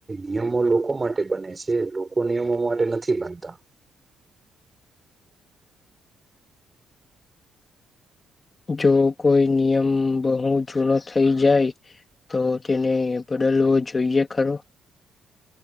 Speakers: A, on the right; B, on the left.
A: નિયમો લોકો માટે બને છે લોકો નિયમો માટે નથી બનતા
B: જો કોઈ નિયમ બહુ જૂનો થઈ જાય તો તેને બદલવો જોઈએ ખરો